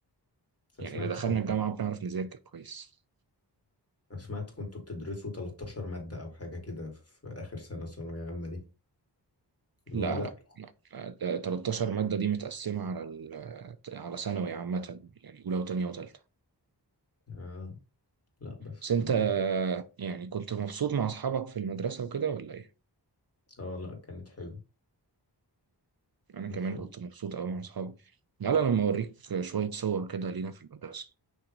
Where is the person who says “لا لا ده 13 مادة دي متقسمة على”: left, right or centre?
Right